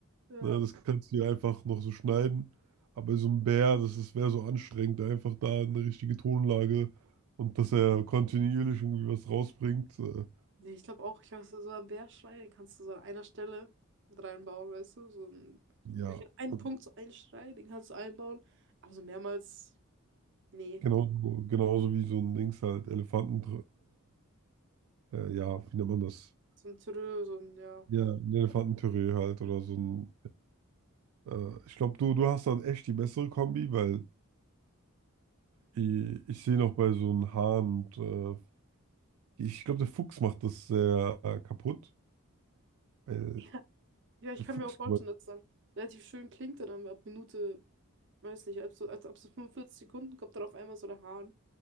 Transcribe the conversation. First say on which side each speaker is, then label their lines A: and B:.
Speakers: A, on the right (about 55°); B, on the right (about 80°).
A: ja.
B: Ne, das kannst du ja einfach noch so schneiden. Aber so ein Bär, das ist, wäre so anstrengend, einfach da eine richtige Tonlage und dass er kontinuierlich irgendwie was rausbringt. Äh,
A: Nee, ich glaube auch, ich glaube, so so einen Bärschrei, den kannst du so an einer Stelle mit reinbauen, weißt du? So einen,
B: ja,
A: wirklich an einen
B: und
A: Punkt so einen Schrei, den kannst du einbauen. Aber so mehrmals, nee.
B: genauso, genauso wie so ein Dings halt, Elefanten, äh, äh, ja, wie nennt man das?
A: So ein Türö, so ein, ja.
B: Ja, ein Elefantentüree halt oder so ein. Äh, ich glaube, du, du hast dann echt die bessere Kombi, weil ich, ich sehe noch bei so einem Hahn und äh, ich glaube, der Fuchs macht das sehr äh, kaputt. Weil
A: Ja. Ja, ich
B: so
A: kann
B: Fuchs
A: mir auch vorstellen, dass es dann relativ schön klingt und dann ab Minute, weiß nicht, ab so, als ab so 45 Sekunden kommt dann auf einmal so der Hahn.